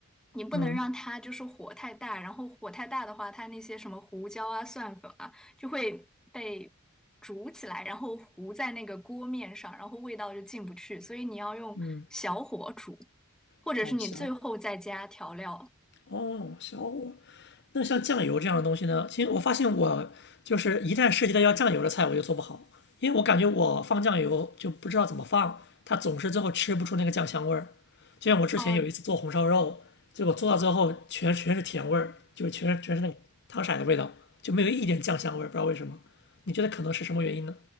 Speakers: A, in the centre; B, on the left.
A: 你不能让它就是火太大，
B: 嗯
A: 然后火太大的话，它那些什么胡椒啊、蒜粉啊，就会被煮起来，然后糊在那个锅面上，然后味道就进不去，所以你要用小火煮，
B: 嗯，
A: 或者是你最后再加调料。
B: 哦，行。哦，小火。那像酱油这样的东西呢？其实我发现我就是一旦涉及到要酱油的菜，我就做不好，因为我感觉我放酱油就不知道怎么放，它总是最后吃不出那个酱香味儿。就像我之前有一次做红烧肉，
A: 哦、
B: 结果做到最后全全是甜味儿，就全全是那个汤色的味道，就没有一点酱香味儿，不知道为什么。你觉得可能是什么原因呢？